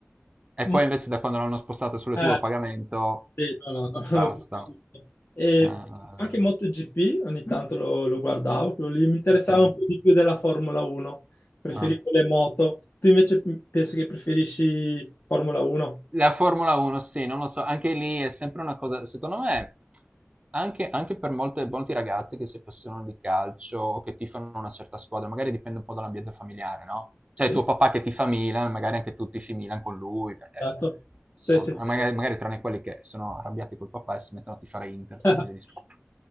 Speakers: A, on the right; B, on the left.
A: E
B: Mm.
A: poi invece da quando l'hanno spostata sulle
B: Eh,
A: tue a pagamento,
B: Sì, no, no, <laughs>
A: basta.
B: non l'ho più seguito. E
A: Ah, ah,
B: anche
A: ah.
B: MotoGP ogni tanto lo, lo guardavo, quello lì mi interessava
A: Ok.
B: un po' di più della Formula 1. Preferivo
A: Ah.
B: le moto. Tu invece p- penso che preferisci Formula 1?
A: La Formula 1, sì, non lo so, anche lì è sempre una cosa, secondo me, anche, anche per molte, molti ragazzi che si appassionano di calcio o che tifano una certa squadra, magari dipende un po' dall'ambiente familiare, no? Cioè
B: Sì,
A: tuo papà che tifa Milan, magari anche tu tifi Milan con lui, perché
B: certo.
A: insomma,
B: Sì, sì, sì.
A: eh, magari, magari tranne quelli che sono arrabbiati col papà e si mettono a tifare Inter per
B: <laughs>
A: fargli discutere.